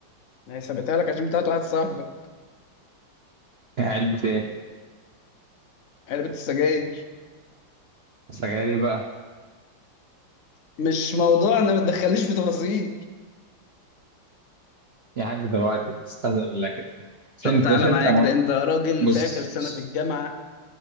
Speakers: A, on the left; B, on the right.
A: ما هي سابتها لك عشان بتاعت واحد صاحبك
B: <laughs> إيه علبة ايه؟
A: علبه السجاير
B: سجاري بقى
A: مش موضوع انا ما تدخلنيش في تفاصيل
B: يا حاج دلوقتي استهزأ بالله كده مش
A: طب
B: انت
A: تعالى
B: مش انت
A: معايا
B: مر...
A: كده انت راجل
B: بص
A: في اخر سنه
B: بص.
A: في الجامعه